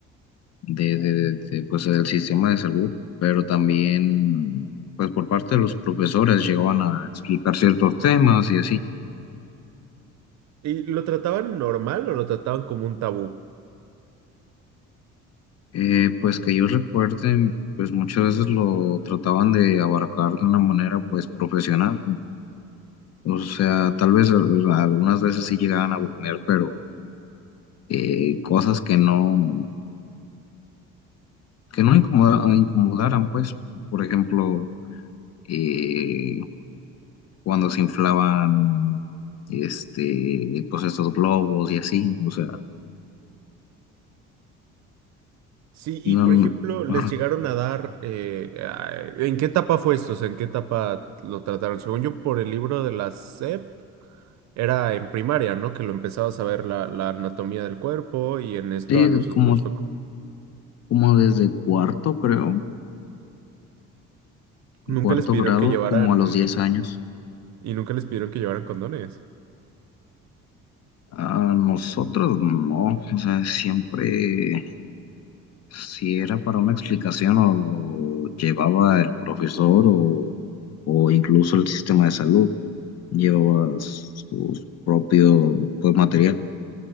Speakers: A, on the left; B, on the right.
A: de, de- de, pues, del sistema de salud, pero también, pues por parte de los profesores llegaban a explicar ciertos temas y así.
B: ¿Y lo trataban normal o lo trataban como un tabú?
A: Eh, pues que yo recuerde, pues muchas veces lo trataban de abarcar de una manera, pues profesional. O sea, tal vez al- algunas veces sí llegaban a bromear, pero eh, cosas que no que no incomoda- incomodaran, pues, por ejemplo, eh, cuando se inflaban, este, pues estos globos y así, o sea,
B: Sí,
A: no,
B: y por ejemplo, les
A: ajá.
B: llegaron a dar, eh, a- ¿en qué etapa fue esto? O sea, ¿en qué etapa lo trataron? Según yo, por el libro de la SEP, era en primaria, ¿no? Que lo empezabas a ver la, la anatomía del cuerpo y en esto
A: Sí,
B: a nosotros
A: como,
B: fue...
A: como desde cuarto, creo,
B: Nunca
A: cuarto
B: les pidieron
A: grado,
B: que llevaran,
A: como a los 10 años.
B: y nunca les pidieron que llevaran condones.
A: A nosotros no, o sea, siempre si era para una explicación o lo llevaba el profesor o, o incluso el sistema de salud, llevaba su propio pues, material.